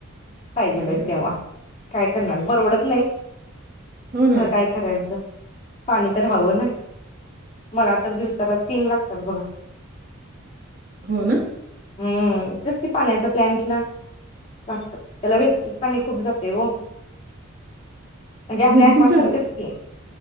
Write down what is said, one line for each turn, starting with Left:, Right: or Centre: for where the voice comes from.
Left: पाहिजेलयत
Right: हम्म हम्म
Left: तेव्हा काय करणार परवडत नाही.
Right: हो ना
Left: खरं काय करायचं पाणी तर हवं ना मला तर दिवसाला तीन लाग त्यात बघा
Right: हो ना
Left: हम् तेच कि पाण्याचा प्लंटला लागतात त्याला वेस्टेज पाणी खूप जातय हो आपल्या
Right: म्हणजे
Left: ॲक्वा
Right: तुमचं
Left: सारखंच की